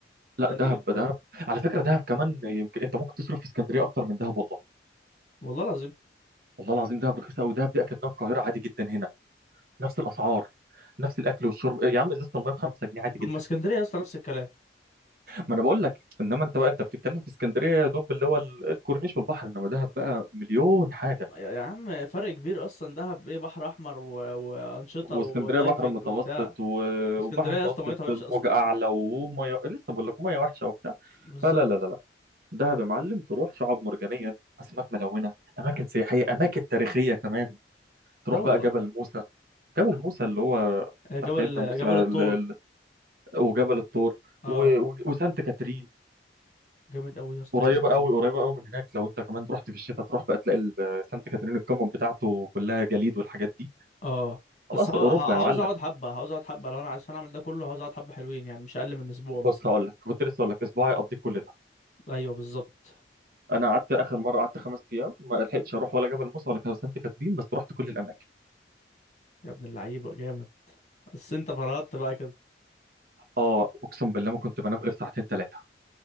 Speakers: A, on the right; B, on the left.
A: لا
B: ده اللي
A: دهب
B: جه في
A: دهب
B: بالي
A: على فكره دهب كمان يمكن انت ممكن تصرف في اسكندريه اكتر من دهب والله
B: والله العظيم
A: والله العظيم دهب رخيصه قوي دهب دي اكنها القاهره عادي جدا هنا نفس الاسعار نفس الاكل والشرب يا عم ازازه الميه ب 5 جنيه عادي
B: طب
A: جدا
B: ما اسكندريه يا اسطى نفس الكلام
A: ما انا بقول لك انما انت بقى انت بتتكلم في اسكندريه يا دوب اللي هو ال- الكورنيش والبحر انما دهب بقى مليون حاجه
B: يا يا عم فرق كبير اصلا دهب ايه بحر احمر و... وانشطه
A: واسكندريه
B: ودايفنج
A: بحر متوسط
B: وبتاع
A: و-
B: اسكندريه
A: وبحر متوسط
B: يا اسطى ميتها وحشه
A: موجه
B: اصلا
A: اعلى وميه لسه بقول لك ميه وحشه وبتاع
B: بالظبط
A: فلا لا لا دهب يا معلم تروح شعاب مرجانية أسماك ملونة أماكن سياحية أماكن تاريخية كمان تروح
B: ده والله
A: بقى جبل موسى جبل موسى اللي هو
B: آه،
A: بتاع
B: جبل
A: سيدنا موسى
B: جبل
A: ال-
B: الطور
A: ال- وجبل الطور
B: اه
A: و- و- وسانت كاترين
B: جامد قوي يا اسطى
A: قريبة
B: يا دين
A: قوي
B: أمي.
A: قريبة قوي من هناك لو أنت كمان رحت في الشتاء تروح بقى تلاقي ال- سانت كاترين القمم بتاعته كلها جليد والحاجات دي
B: اه بس
A: خلاص
B: هو
A: أوروبا
B: ه-
A: يا
B: عاوز
A: معلم
B: اقعد حبه عاوز اقعد حبه لو انا عشان اعمل ده كله عاوز اقعد حبه حلوين يعني مش اقل من اسبوع مثلا
A: بص هقول لك كنت لسه هقول لك أسبوع هيقضيك كل ده
B: ايوه بالظبط
A: أنا قعدت آخر مرة قعدت خمس أيام ما لحقتش أروح ولا جبل موسى ولا سانت كاترين بس رحت كل الأماكن
B: يا ابن اللعيبه جامد بس انت فرهدت بقى كده
A: اه اقسم بالله ما كنت بنام غير ساعتين ثلاثه